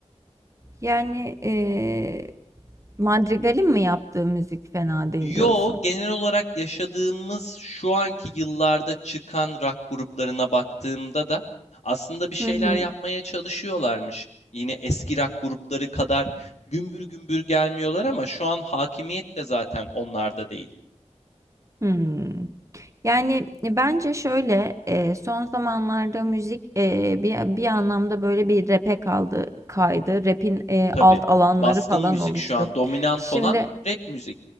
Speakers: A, on the right (about 25°); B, on the left (about 75°).
A: yani e, Madrigal'in mi yaptığı müzik fena değil
B: Yo,
A: diyorsun.
B: genel olarak yaşadığımız şu anki yıllarda çıkan rock gruplarına baktığımda da aslında bir şeyler
A: Hı hı.
B: yapmaya çalışıyorlarmış. Yine eski rock grupları kadar gümbür gümbür gelmiyorlar ama şu an hakimiyet de zaten onlarda değil.
A: Hmm. Yani e, bence şöyle e, son zamanlarda müzik e, bir bir anlamda böyle bir rap'e kaldı kaydı. Rap'in e,
B: Tabii
A: alt alanları
B: baskın
A: falan
B: müzik
A: oluştu.
B: şu an dominant
A: Şimdi
B: olan rap müzik.